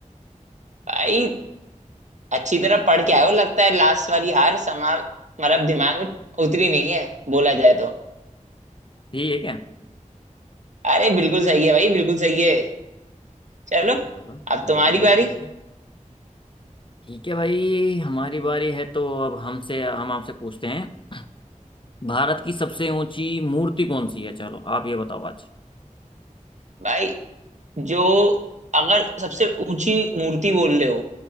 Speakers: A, on the right; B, on the left.
A: भाई अच्छी तरह पढ़ के आए हो लगता है लास्ट वाली हार समा मतलब दिमाग में उतरी नहीं है बोला जाए तो
B: यही है क्या
A: अरे बिल्कुल सही है भाई बिल्कुल सही है चलो
B: चलो
A: अब तुम्हारी
B: बढ़िया भाई
A: बारी
B: बढ़िया ठीक है भाई हमारी बारी है तो अब हमसे हम आपसे पूछते हैं भारत की सबसे ऊंची मूर्ति कौन सी है चलो आप ये बताओ आज
A: भाई जो अगर सबसे ऊंची मूर्ति बोल रहे हो